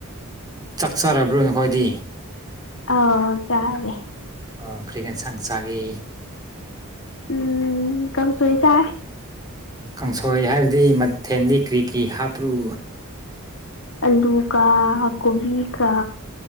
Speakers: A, on the right (about 20°); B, on the left (about 65°).
A: ꯆꯥꯛꯆꯔꯕ꯭ꯔꯣ ꯅꯈꯣꯏꯗꯤ
B: ꯑꯥꯎ ꯆꯥꯔꯦ
A: ꯑꯣ ꯀꯔꯤ ꯑꯦꯡꯁꯥꯡ ꯆꯒꯦ
B: ꯎꯝ ꯀꯥꯡꯁꯣꯏ ꯆꯥꯏ
A: ꯀꯥꯡꯁꯣꯏ ꯍꯥꯏꯕꯗꯤ ꯃꯊꯦꯟꯗꯤ ꯀ꯭ꯔꯤ ꯀꯤ ꯍꯥꯞꯔꯨ
B: ꯑꯂꯨꯒ ꯀꯣꯕꯤꯒ